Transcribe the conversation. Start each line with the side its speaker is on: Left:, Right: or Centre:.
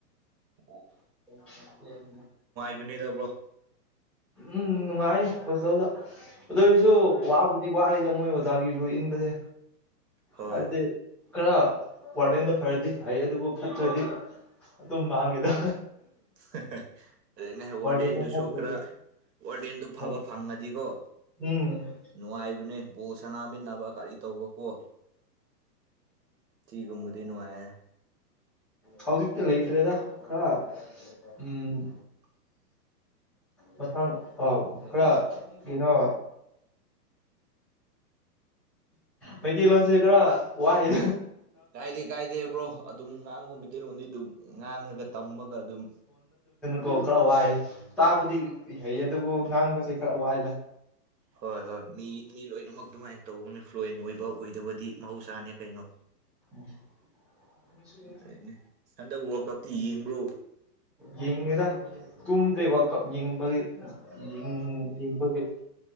Right: <inaudible>
Centre: <unintelligible>
Right: ꯕꯅꯤꯗ ꯕ꯭ꯔꯣ
Centre: ꯎꯝ ꯅꯨꯡꯉꯥꯏ ꯍꯣꯁꯇꯦꯜꯗ ꯑꯗꯨ ꯑꯣꯢꯁꯨ ꯋꯥꯕꯗꯤ ꯋꯥꯏꯗ ꯃꯣꯏ ꯑꯣꯖꯥꯒꯤ ꯔꯨ ꯏꯟꯕꯁꯦ
Right: ꯍꯣꯏ
Centre: ꯍꯥꯏꯕꯗꯤ ꯈꯔ ꯋꯥꯔꯗꯦꯟꯗꯣ ꯐꯔꯗꯤ ꯐꯩ ꯑꯗꯨꯕꯨ ꯐꯠꯇ꯭ꯔꯗꯤ ꯑꯗꯨꯝ ꯃꯥꯡꯉꯦꯗ
Right: <unintelligible> ꯑꯗꯨꯅ ꯋꯥꯔꯗꯦꯟꯗꯨꯁꯨ
Centre: ꯋꯥꯔꯗꯦꯟꯗꯣ ꯐꯠꯇ꯭ꯔꯗꯤ
Right: ꯈꯔ ꯋꯥꯔꯗꯦꯟꯗꯨ ꯐꯕ
Centre: ꯍꯣꯏ
Right: ꯐꯪꯉꯗꯤꯀꯣ
Centre: ꯎꯝ
Right: ꯅꯨꯡꯉꯥꯏꯕꯅꯦ ꯕꯣꯜ ꯁꯟꯅꯥꯃꯤꯟꯅꯕ ꯀꯔꯤ ꯇꯧꯕ ꯀꯣ ꯊꯤꯒꯨꯝꯕ ꯗꯦ ꯅꯨꯉꯥꯢꯌꯦ
Centre: ꯍꯧꯖꯤꯛꯇꯤ ꯂꯩꯇ꯭ꯔꯦꯗ ꯈꯔ ꯎꯝ
Right: <inaudible>
Centre: ꯃꯊꯪ ꯑꯥꯎ ꯈꯔ ꯀꯤꯅꯣ ꯃꯩꯇꯩꯂꯣꯜꯁꯦ ꯈꯔ ꯋꯥꯏꯌꯦ
Right: ꯀꯥꯏꯗꯦ ꯀꯥꯏꯗꯦ ꯕ꯭ꯔꯣ ꯑꯗꯨꯝ ꯉꯥꯡꯉꯣ ꯃꯩꯇꯩ ꯂꯣꯟꯗꯤ ꯑꯗꯨꯝ ꯉꯥꯡꯉꯒ ꯇꯝꯃꯒ ꯑꯗꯨꯝ
Centre: ꯀꯣ ꯈꯔ ꯋꯥꯏ ꯇꯥꯕꯗꯤ ꯍꯩꯌꯦ ꯑꯗꯨꯕꯨ ꯉꯥꯡꯕꯁꯦ ꯈꯔ ꯋꯥꯏꯗ
Right: ꯍꯣꯏ ꯍꯣꯏ ꯃꯤ ꯃꯤ ꯂꯣꯏꯅꯃꯛ ꯑꯗꯨꯃꯥꯏ ꯇꯧꯕꯅꯦ ꯐ꯭ꯂꯨꯋꯦꯟ ꯑꯣꯏꯕ ꯑꯣꯏꯗꯕꯗꯤ ꯃꯍꯧꯁꯥꯅꯦ ꯀꯩꯅꯣ
Centre: <unintelligible>
Right: ꯑꯗꯨꯅꯦ ꯍꯟꯗꯛ ꯋꯥꯔꯜ ꯀꯞꯇꯤ ꯌꯦꯡꯕ꯭ꯔꯣ
Centre: ꯌꯦꯡꯉꯦꯗ ꯇꯨꯝꯗ꯭ꯔꯦ ꯋꯥꯀꯞ ꯌꯦꯡꯕꯒꯤ ꯌꯦꯡꯅꯤꯡ ꯌꯦꯡꯕꯒꯤ